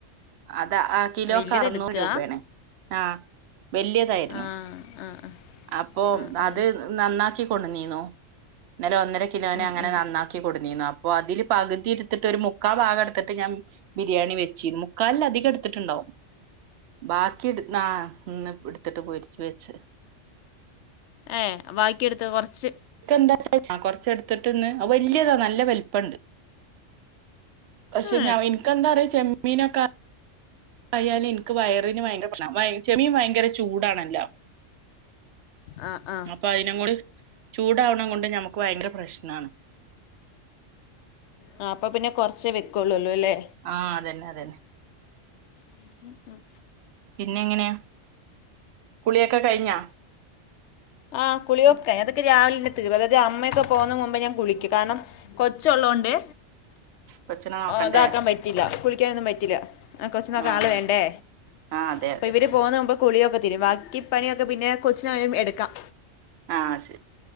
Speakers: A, on the right (about 65°); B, on the left (about 70°).
A: അതാ ആ കിലോക്കെ
B: വല്യത്
A: അറുന്നൂറ്
B: എടുക്കാ
A: രൂപയണേ ആഹ് വലിയതായിരുന്നു
B: ആ ആ ആ
A: അപ്പൊ
B: ആ ആ
A: അത് നന്നാക്കി കൊണ്ട് വന്നീന്നോ എന്നാല ഒന്നര കിലോനെ
B: ഉം
A: അങ്ങനെ
B: ഉം
A: നന്നാക്കി കൊടുക്ക അപ്പൊ അതില് പകുതി ഇടുത്തിട്ട് ഒരു മുക്കാ ഭാഗ എടുത്തിട്ട് ഞാൻ ബിരിയാണി വെച്ചി മുക്കാല അധികം എടുത്തിന് എടുത്തിട്ടുണ്ടാവും ബാക്കി എടു ആ ഇന്ന് എടുത്തിട്ട് പൊരിച്ച വെച്ച്
B: ഏഹ് ബാക്കിയെടുത്ത് കുറച്ച്
A: എന്താ കൊറച്ച എടുത്തിട്ട് ഇന്ന് അത് വലിയതാ നല്ല വലിപ്പമുണ്ട് പക്ഷെ
B: ഏ
A: ഞാൻ എനക്ക് എന്താ പറയാ ചെമ്മീനൊക്കെ ആയാലും എനിക്ക് വയറിന് ഭയങ്കര പ്രശ്നമാ ചെമ്മീൻ ഭയങ്കര ചൂടാണല്ലോ
B: ആ ആ
A: അപ്പൊ അതിന കൂടി ചൂടാവണം കൊണ്ട് ഞമ്മക്ക് ഭയങ്കര പ്രശ്നമാണ്
B: ആ അപ്പൊ പിന്നെ കൊറച്ചേ വെക്കുള്ളല്ലോ അല്ലേ
A: ആ അതന്നെ അതന്നെ
B: ഉം ഉം
A: പിന്നെ എങ്ങനെയാ കുളിയൊക്കെ കഴിഞ്ഞാ
B: ആഹ് കുളി ഒക്കെ ഞാൻ അതൊക്ക രാവിലെന്നെ തീർ അതായത് അമ്മയക്കെ പോകുന്ന മുമ്പ് ഞാൻ കുളിക്കും കാരണം കൊച്ച് ഉള്ളാണ്ട്
A: കൊച്ചിനെ നോക്കണ്ടേ
B: ഇതാക്കാൻ പറ്റില്ല കുളിക്കാനൊന്നും പറ്റില്ല കൊ ഒരാള്
A: ആ
B: വേണ്ടേ
A: ആ അതെ
B: അപ്പൊ
A: അതെ
B: ഇവര് പോകുന്ന മുമ്പ് കുളിയൊക്കെ തീരും ബാക്കി പണിയൊക്കെ പിന്നെ കൊച്ചിനായാലും എടുക്കാം
A: ആ ശരി